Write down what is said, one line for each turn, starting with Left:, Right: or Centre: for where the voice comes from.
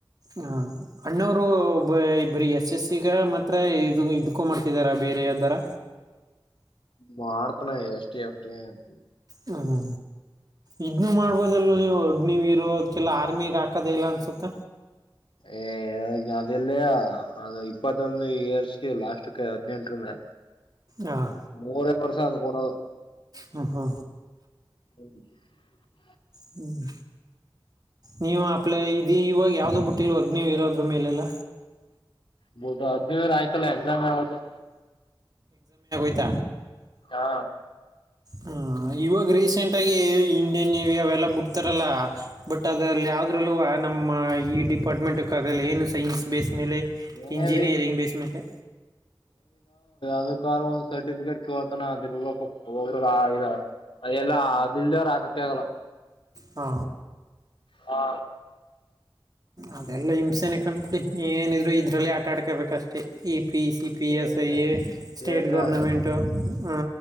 Right: ಹಾ ಅಣ್ಣಾವ್ರು ಬೈ ಬರೀ ಎಸ್ ಎಸ್ ಸಿಗ ಮಾತ್ರ ಇದು ಇದ್ಕು ಮಾಡ್ತಿದಾರ ಬೇರೆ ಯಾವ್ದಾರ.
Left: ಮಾಡ್ತನೆ ಎಷ್ಟ್ <unintelligible>
Right: ಹು ಹು ಇಬ್ರು ಮಾಡ್ಬೋದಲ್ವ ನೀವು. ನೀವ್ ಇರೋದ್ಕೆಲ್ಲಾ ಆರ್ಮಿಗ್ ಹಾಕೋದು ಇಲ್ಲ ಅನ್ಸುತ್ತ.
Left: ಏ ಅದೆಲ್ಲಯ ಇಪ್ಪತ್ತೊಂದು ಇಯರ್ಸ್ಗೆ ಲಾಸ್ಟ್ ಕ ಹದ್ನೆಂಟ್ರಿಂದ.
Right: ಹಾಂ
Left: ಮೂರೆ ವರ್ಷ ಅದು ಕೊಡದು.
Right: ಹ ಹಾ
Left: <unintelligible>
Right: ಹ್ಮ ನೀವ <unintelligible> ಇವಾಗ ಯಾವ್ದು ಬಿಟ್ಟಿಲ್ವ ನೀಡ ಇರೋದ್ರು ಮೇಲೆಲ್ಲ
Left: <unintelligible> ಎಕ್ಸಾಮ್ ಯಾವತ್ತು.
Right: ತ
Left: ಹಾ
Right: ಹ ಇವಾಗ್ ರೀಸೆಂಟ್ಗಿ ಇಂಡಿಯನ್ ನೇವಿ ಅವೆಲ್ಲ ಬುಡ್ತಾರಲ್ಲ. ಬಟ್ ಅದಲ್ಲಿ ಯಾವದ್ರಲ್ಲೂವ ನಮ್ಮ ಈ ಡಿಪಾರ್ಟ್ಮೆಂಟ್ ಅದೆಲ್ಲ ಏನು ಸೈನ್ಸ್ ಬೇಸ್ ಮೇಲೆ
Left: ಮೇ
Right: ಇಂಜಿನಿಯರಿಂಗ್
Left: ಬಿ
Right: ಬೇಸ್ ಮೇಲೆ.
Left: ಯಾದುಕಾರು ಒಂದ್ ಸರ್ಟಿಫಿಕೇಟ್ ಕೇಳ್ತಾನ ಅದ್ ಇರ್ಬೇಕು <unintelligible> <unintelligible> ಹಾಕಕ್ಕೆ ಆಗಲ್ಲ.
Right: ಹಾ
Left: ಹಾ
Right: ಅದೆಲ್ಲಾ ಹಿಂಸೆನೆ ಕಂಡ್ಬಿಡಿ ಏನಿದ್ರು ಇದ್ರಲ್ಲಿ ಆಟ ಆಡ್ಕೊಬೇಕ್ ಅಷ್ಟೇ ಈ ಪಿ ಸಿ ಪಿ ಎಸ್ಐ
Left: ಏಟ್ಲೆ
Right: ಸ್ಟೇಟ್
Left: ಏಟ್ಲೆ
Right: ಗೌರ್ನಮೆಂಟು
Left: ಆಟಾಡ್ಕಂ
Right: ಹಾ